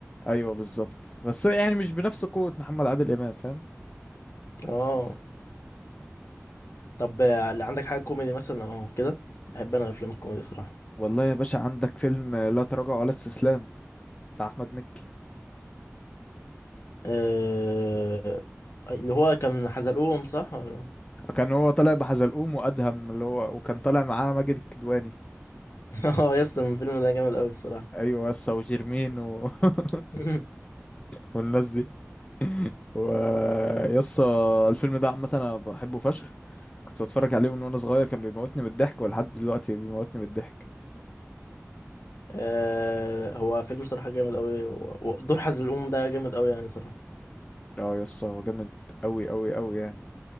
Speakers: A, on the left; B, on the left.
A: ايوه بالظبط بس يعني مش بنفس قوه محمد عادل امام فاهم
B: اه طب آه، عندك حاجه كوميدي مثلا او كده بحب انا الافلام الكوميدي صراحه
A: والله يا باشا عندك فيلم لا تراجع ولا استسلام بتاع احمد مكي
B: أه... اللي هو كان حزلقوم صح ولا
A: كان هو طالع بحزلقوم وادهم اللي هو وكان طالع معاه ماجد الكدواني
B: <laughs> اه يس الفيلم ده جامد قوي الصراحه
A: ايوه بس وجيرمين و... <laughs>
B: <laughs>
A: والناس دي ويسا الفيلم ده عامة أنا بحبه فشخ كنت بتفرج عليه من وأنا صغير كان بيموتني من الضحك ولحد دلوقتي بيموتني من الضحك
B: أه... هو فيلم صراحه جامد قوي و- ودور حزلقوم ده جامد قوي يعني صراحه
A: اه يسا هو جامد أوي أوي أوي يعني